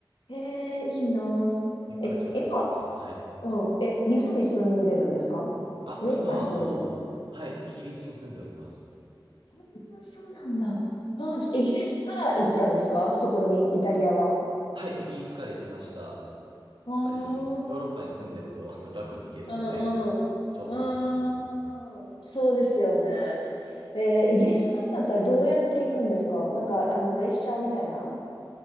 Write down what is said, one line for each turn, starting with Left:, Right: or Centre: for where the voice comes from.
Left: へえ、いいな。
Right: 行く価値がありますね。
Left: え、今、
Right: はい。
Left: うん。え、日本に住んでるんですか
Right: あ、
Left: ヨーロッパに住んでるんですか
Right: 今はあの、はい、イギリスに住んでおります。
Left: あーそうなんだ。あー、じゃイギリスから行ったんですかそこに、イタリアは。
Right: はい、イギリスから行きました。やっぱり、
Left: うーん。
Right: ヨーロッパに住んでると、あの、楽に行けるので、
Left: うんうん。
Right: 重宝してますね。
Left: うーん。そうですよね。えーイギリスからだったらどうやって行くんですかなんか、あの、列車みたいな